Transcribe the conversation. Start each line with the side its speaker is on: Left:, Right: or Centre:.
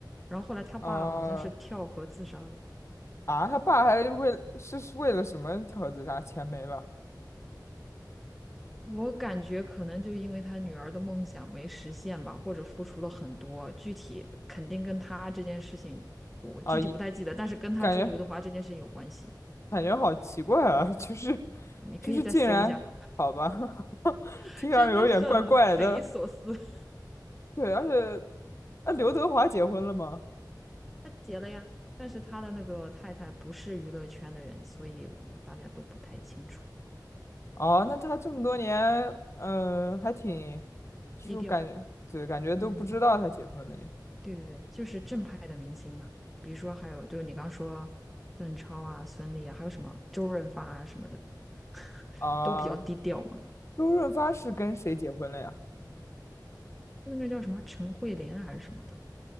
Centre: 然后后来他爸好像是跳河自杀了。
Left: 啊啊，他爸还为是是为了什么条自杀？钱没了
Centre: 我感觉可能就因为他女儿的梦想没实现吧，或者付出了很多，具体肯定跟他这件事情，我具体不太记得，
Left: 啊？一
Centre: 但是跟他追刘德华这件事情有关系。
Left: 感觉感觉好奇怪啊，就是
Centre: 你可以再搜一下，
Left: 就是竟然好吧，<laughs>
Centre: <laughs>
Left: 听上去有点怪怪的。
Centre: 真的很匪夷所思。<laughs>
Left: 对，而且那刘德华结婚了吗？
Centre: 他结了呀，但是他的那个太太不是娱乐圈的人，所以我们大家都不太清楚，
Left: 哦，那他这么多年，嗯、还挺。就是感觉，
Centre: 低调。
Left: 对，感觉都不知道他结婚了耶。
Centre: 嗯。对对对，就是正派的明星嘛，比如说还有就是你刚说邓超啊、孙俪啊，还有什么周润发啊什么的，<laughs>
Left: 啊、
Centre: 都比较低调嘛。
Left: 周润发是跟谁结婚了呀？
Centre: 那个叫什么陈慧琳还是什么的，